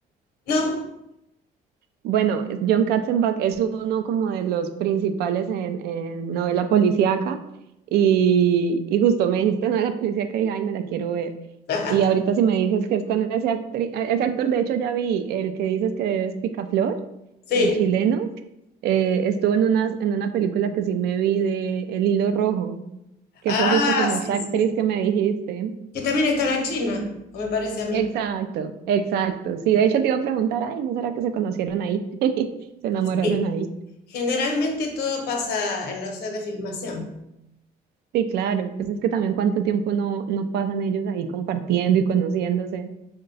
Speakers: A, on the left; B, on the right.
A: no.
B: Bueno, es- John Katzenbach es uno como de los principales en, en novela policíaca y, y justo me dijiste novela policíaca y dije, ay, me la quiero ver.
A: <laughs>
B: Y ahorita si me dices que es con ese, actri- a- ese actor, de hecho ya vi el que dices que es Picaflor,
A: Sí.
B: el chileno, eh, estuvo en una, en una película que sí me vi de El Hilo Rojo, que
A: Ah,
B: fue justo con esa
A: sí,
B: actriz
A: sí,
B: que me dijiste.
A: Que también está la China, o me parece a mí.
B: Exacto, exacto. Sí, de hecho te iba a preguntar, ay, ¿no será que se conocieron ahí? <laughs> Se enamoraron
A: Sí,
B: ahí.
A: generalmente todo pasa en los sets de filmación.
B: Sí, claro, pues es que también cuánto tiempo no, no pasan ellos ahí compartiendo y conociéndose,